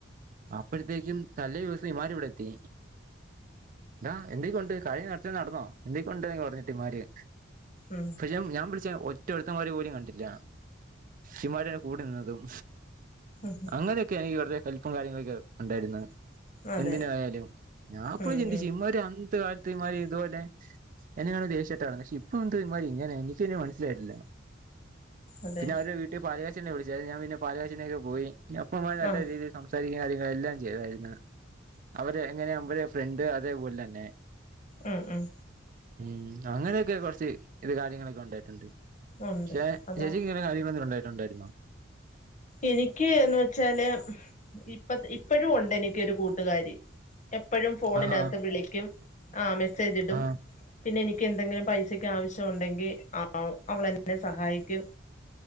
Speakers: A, on the right; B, on the left.
A: അപ്പഴത്തേക്കും തലേ ദിവസം ഇവമ്മാര് ഇവിടെ എത്തി എടാ എന്തൊക്കൊണ്ട് കഴിഞ്ഞ നടന്നോ എന്തൊക്കൊണ്ട് പറഞ്ഞിട്ട് ഇവന്മാര്
B: ഉം
A: പക്ഷെ ഞാൻ വിളിച്ച ഒറ്റ ഒരുത്തന്മാര് പോലും കണ്ടില്ല ഇവന്മാര് കൂടെ നിന്നതും
B: ഉം
A: അങ്ങനെയൊക്കെ എനിക്ക് കുറച്ച് കലിപ്പും കാര്യങ്ങളൊക്കെ ഉണ്ടായിരുന്നു
B: അതെ
A: എന്തിന് ആയാലും ഞാൻ അപ്പഴും
B: ഉം
A: ചിന്തിച്ചു
B: ഉം
A: ഇമാരി അത്തെ കാലത്ത് ഇമാരി ഇതുപോലെ <unintelligible> ദേശട്ടാണ്ക്ഷെ ഇപ്പൊ എന്ത് ഇവന്മാർ ഇങ്ങനെ എനിക്ക് തന്നെ മനസ്സിലായിട്ടില്ല
B: അതെ
A: പിന്നെ അവരു വീട്ടിൽ പാലാച്ചലിന് വിളിച്ചത് ഞാൻ പിന്ന പാലാച്ച് പോയി അപ്പ അവന്മാർ നല്ല
B: ആഹ്
A: രീതിൽ സംസാരിക്കുന്ന കാര്യങ്ങളെല്ലാം ചെയ്തായിരുന്നു അവര് എങ്ങനെ നമ്മടെ ഫ്രണ്ട് അതേപോലെ തന്നെ
B: ഉം ഉം
A: ഉം അങ്ങനെയൊക്കെ കുറച്ച് ഇത് കാര്യങ്ങളൊക്കെ ഉണ്ടായിട്ടുണ്ട്
B: ഉണ്ട്
A: പക്ഷെ
B: അതാ
A: ചേച്ചിക്ക് ഇങ്ങനെ കാര്യങ്ങൾ ഉണ്ടായിട്ടുണ്ടായിരുന്നോ
B: എനിക്ക് എന്ന് വെച്ചാല് ഇപ്പ ഇപ്പോഴും ഉണ്ട് എനിക്ക് ഒരു കൂട്ടുകാരി എപ്പോഴും ഫോണിനകത്ത്
A: ആഹാ
B: വിളിക്കും ആഹ് മെസ്സേജ് ഇടും
A: ആഹ്
B: പിന്നെ എനിക്ക് എന്തെങ്കിലും പൈസക്ക് ആവശ്യം ഉണ്ടെങ്കിൽ ആഹ് അവള എന്നെ സഹായിക്കും